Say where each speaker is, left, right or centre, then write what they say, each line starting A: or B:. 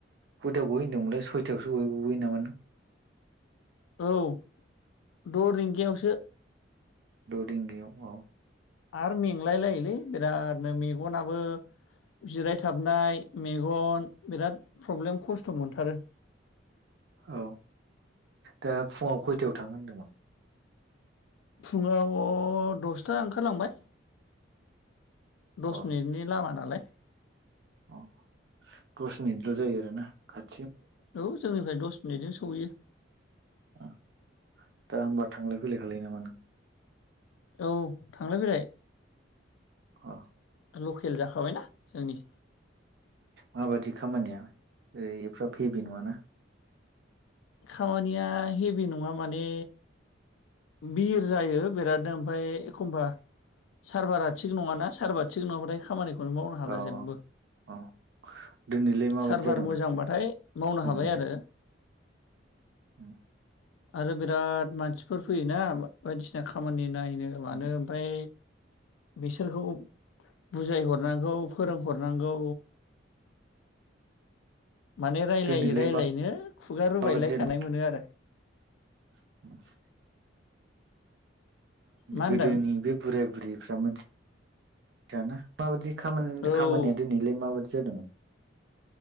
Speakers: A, on the right; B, on the left.
A: खयटायाव गयो होन दोंमोनलाय सयथायावसो गयो गबोयो नामा नों?
B: औ द रिंग गायावसो।
A: द' रिंगायाव औ।
B: आरो मेंलाय लायोलै बिराद मे-मेगनाबो जिरायथाबनाय मेगन बिराद प्रब्लेम खस्थ' मोनथारो।
A: औ दा फुङाव खयथायाव थांङो होनदोंमोन?
B: फुङाव दसथा ओंखारलांबाय। दस
A: अ
B: मिनिटनि लामा नालाय।
A: अ' दस मिनिटल' जायोना आरोना खा
B: औ जोंनिफ्राय दस मिनिटजों सहैयो।
A: अ दा होमबा थांलाय फैलाय खालामलाय नामा नों?
B: औ थांलाय फैलाय।
A: अह
B: लकेल जाखाबायना जोंनि।
A: माबादि खामानिया ओय एफाफ्राब हेभि नङाना?
B: खामानिया हेभि नङा माने बिर जायो बिराद ओमफाय एखमबा सार्भारा थिग नङाना सार्भार थिग नङाबाथाय खामानिख मावनो हाला
A: औ
B: जेबो
A: औ औ दिनैलाय माबादि
B: सारभार
A: जादोंमोन
B: मोजांबाथाय मावनो
A: खामानियालाय
B: हाबाय आरो।
A: <inaudible>
B: आरो बिराद मानसिफोर फैयोना बायदिसिना खामानि नायनो मानो
A: उम
B: ओमफ्राय बिसोरखौ बुजायहरनांगौ फोरोंहरनांगौ। माने रायजलायै
A: दिनैलाय
B: रायजलायनो
A: मा
B: खुगा रोबायलाय
A: माबादि जादों
B: सानाय मोनो आरो
A: <inaudible>
B: मा होनदों
A: गोदोनि बे बुराय बुरिफ्रा मिथि दाना माबायदि खामानिया
B: औ
A: दिनैलाय माबायदि से दङ।